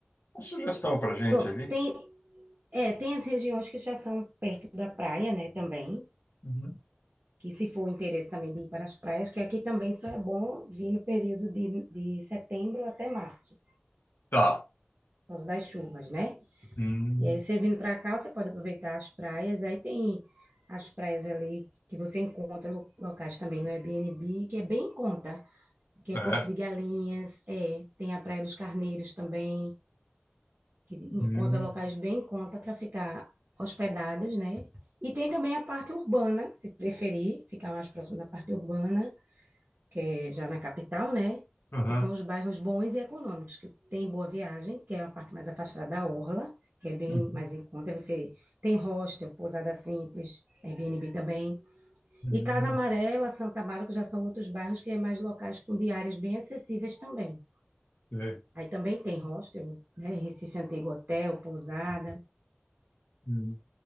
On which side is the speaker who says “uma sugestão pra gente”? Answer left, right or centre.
Left